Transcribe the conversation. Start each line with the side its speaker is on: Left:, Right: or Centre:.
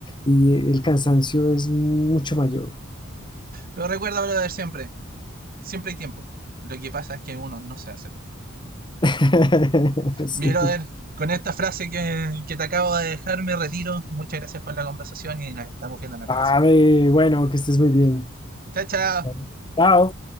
Left: y el cansancio es mucho mayor.
Right: Pero recuerda, brother, siempre, siempre hay tiempo. Lo que pasa es que uno no se hace tiempo.
Left: <laughs> Sí.
Right: Mi brother, con esta frase que, que te acabo de dejar, me retiro. Muchas gracias por la conversación y nos estamos viendo en otra
Left: A
Right: ocasión.
Left: bueno, que estés muy bien.
Right: Chao, chao.
Left: Bueno, Chao.